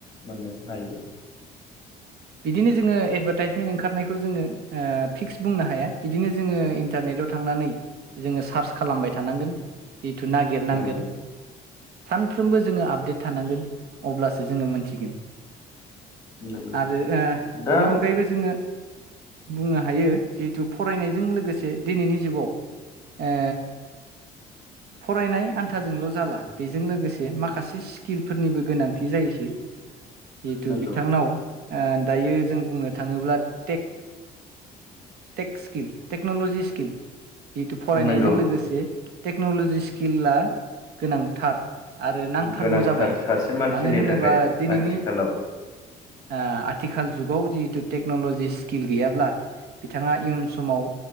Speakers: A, on the left; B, on the right.
A: मोननो हायो।
B: बिदिनो जोङो एडभार्टाइजमेन्ट ओंखारनायखौ जोङो फिक्स बुंनो हाया बिदिनो। जोङो इन्टारनेटआव थांनानै जोङो सार्च खालामबाय थानांगोन। जिहेथु नागिरनांगोन
A: नंगौ
B: सानफ्रोमबो जोङो आपडेट थानांगोन अब्लासो जोङो मोनथिगोन।
A: नंगौ
B: आरो
A: दा
B: बेनि अनगायैबो जोङो बुंनो हायो जिहेतु फरायनायजों लोगोसे दिनैनि जुगाव ए फरायनाय आन्थाजोंल' जाला बेजों लोगोसे माखासे स्किलफोरनिबो गोनांथि जायोसै जिहेतु
A: नंगौ
B: बिथांनाव। दायो जों बुंनो थाङोब्ला टेक स्किल टेक्न'लजि स्किल जिहेतु फरायनायजों
A: नंगौ
B: लोगोसे टेक्न'लजि स्किलाआ गोनांथार। आरो नांथारगौ
A: गोनांथार
B: जाबाय
A: सासे मानसिनि
B: मानो होनोबा
A: थाखाय
B: दिनैनि
A: आथिखालाव
B: आथिखाल जुगाव जिहेतु टेक्न'लजि स्किल गैयाब्ला बिथाङा इयुन समाव